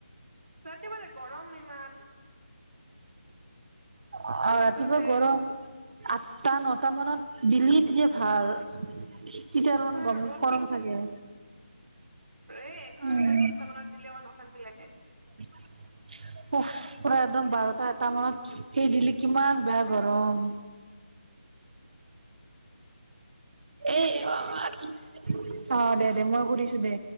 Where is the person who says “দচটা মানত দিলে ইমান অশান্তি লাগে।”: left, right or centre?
Right